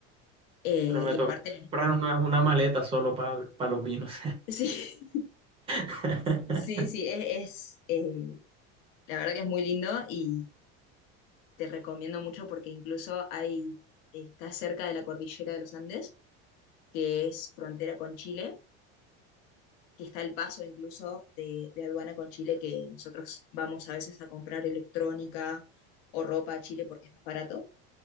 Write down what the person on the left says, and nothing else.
Eh,
y
aparte,
<laughs> sí,
sí, sí, es, es, eh, La verdad que es muy lindo y te recomiendo mucho porque incluso hay, está cerca de la cordillera de los Andes, que es frontera con Chile, que está el paso incluso de, de aduana con Chile, que nosotros vamos a veces a comprar electrónica o ropa a Chile porque es más barato.